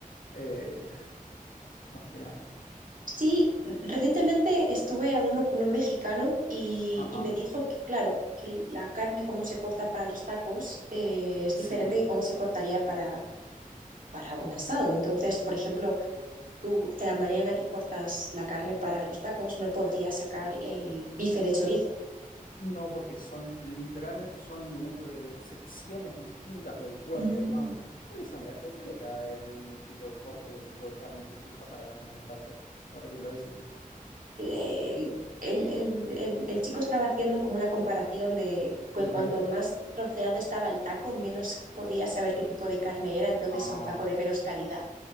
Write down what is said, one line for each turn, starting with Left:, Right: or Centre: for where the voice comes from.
Left: eh, <laughs> más que nada.
Right: Sí, recientemente estuve hablando con un mexicano y,
Left: Ajá,
Right: y me dijo que, claro, que la carne como se corta para los tacos eh, es
Left: sí.
Right: diferente que cómo se cortaría para, para un asado. Entonces, por ejemplo, tú de la manera en la que cortas la carne para los tacos no podrías sacar el bife de chorizo.
Left: No, porque son literalmente son lu- eh, secciones distintas del cuerpo
Right: Mm.
Left: y demás. ¿Cuáles son la- eh, cuál es la- el tipo de corte o el tipo de carne que se usa para los tacos? Ahora que lo decís.
Right: eh, el, el- el- el chico estaba haciendo como una comparación de que
Left: Ujú.
Right: cuanto más troceado estaba el taco, menos podía saber qué tipo de carne era, entonces
Left: Ah,
Right: era un taco de menos calidad.